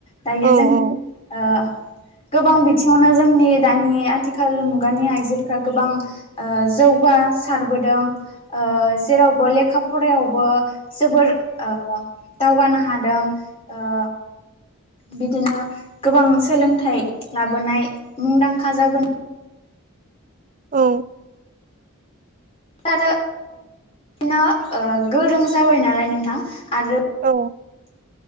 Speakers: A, on the left; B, on the right.
A: दायो
B: औ
A: जों ओ गोबां बिथिङावनो जोंनि दानि आथिखाल मुगानि आइजोफोरा गोबां ओ जौगा सारबोदों ओ जेरावबो लेखा फरायावबो जोबोर ओ दावगानो हादों ओ बिदिनो गोबां सोलोंथाइ लाबोनाय मुंदांखा जाबो
B: औ।
A: आरो बिनो ओ गोरों जाबाय नालाय नोंथां आरो
B: औ।